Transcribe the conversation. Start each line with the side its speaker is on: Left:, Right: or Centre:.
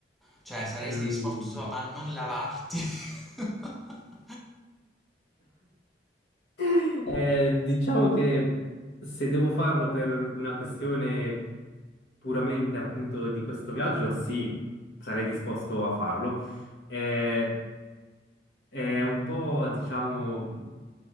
Centre: Cioè, saresti
Left: Mm.
Centre: disposto
Left: <laughs>
Centre: a non lavarti? <laughs>
Left: Eh, diciamo che se devo farlo per una questione puramente appunto di questo viaggio, sì, sarei disposto a farlo. Eh, è un po', diciamo,